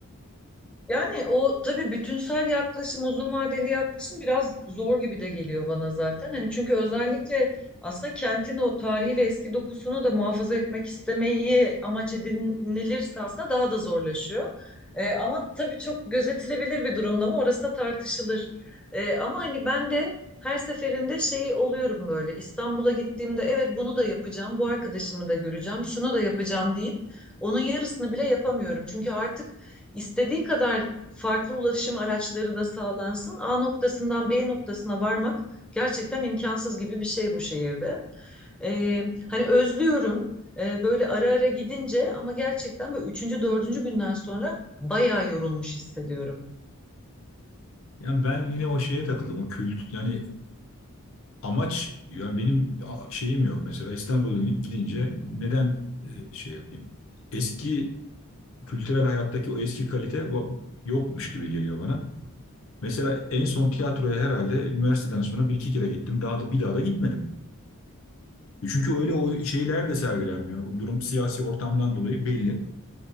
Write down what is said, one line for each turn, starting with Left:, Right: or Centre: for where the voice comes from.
Centre: Yani o tabii bütünsel yaklaşım, uzun vadeli yaklaşım biraz zor gibi de geliyor bana zaten. Hani çünkü özellikle aslında kentin o tarihi ve eski dokusunu da muhafaza etmek istemeyi amaç edinilirse aslında daha da zorlaşıyor. Ee, ama tabii çok gözetilebilir bir durumda mı orası da tartışılır. Ee, ama hani ben de her seferinde şey oluyorum böyle İstanbul'a gittiğimde evet bunu da yapacağım, bu arkadaşımı da göreceğim, şunu da yapacağım deyip onun yarısını bile yapamıyorum. Çünkü artık İstediği kadar farklı ulaşım araçları da sağlansın. A noktasından B noktasına varmak gerçekten imkansız gibi bir şey bu şehirde. Ee, hani özlüyorum e, böyle ara ara gidince ama gerçekten böyle üçüncü, dördüncü günden sonra bayağı yorulmuş hissediyorum.
Left: Yani ben yine o şeye takıldım. O kült yani Amaç yani benim a- şeyim yok mesela İstanbul'a gidince neden e, şey yapayım? Eski kültürel hayattaki o eski kalite va- yokmuş gibi geliyor bana. Mesela en son tiyatroya herhalde üniversiteden sonra bir iki kere gittim. Daha da bir daha da gitmedim. E Çünkü öyle o şeyler de sergilenmiyor. O durum siyasi ortamdan dolayı belli.